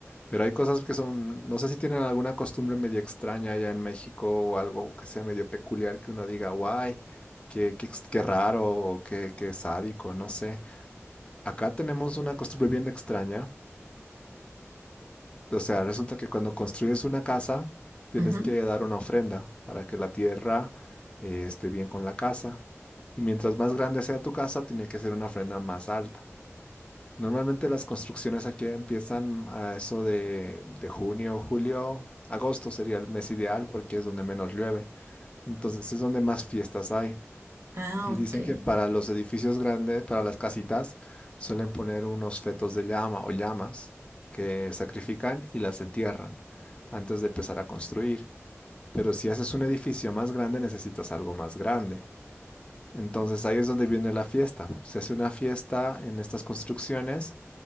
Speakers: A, on the left (about 20°); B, on the right (about 65°).
A: Pero hay cosas que son, no sé si tienen alguna costumbre medio extraña allá en México o algo que sea medio peculiar que uno diga, guay, qué, qué, ex- qué raro o qué, qué sádico, no sé. Acá tenemos una costumbre bien extraña o sea, resulta que cuando construyes una casa, tienes
B: Ujú.
A: que dar una ofrenda para que la tierra eh, esté bien con la casa. Y mientras más grande sea tu casa, tiene que ser una ofrenda más alta. Normalmente las construcciones aquí empiezan a eso de, de junio, julio, agosto sería el mes ideal porque es donde menos llueve. Entonces es donde más fiestas hay.
B: Ah,
A: Y
B: ok.
A: dicen que para los edificios grandes, para las casitas, suelen poner unos fetos de llama o llamas que sacrifican y las entierran antes de empezar a construir. Pero si haces un edificio más grande, necesitas algo más grande. Entonces ahí es donde viene la fiesta. Se hace una fiesta en estas construcciones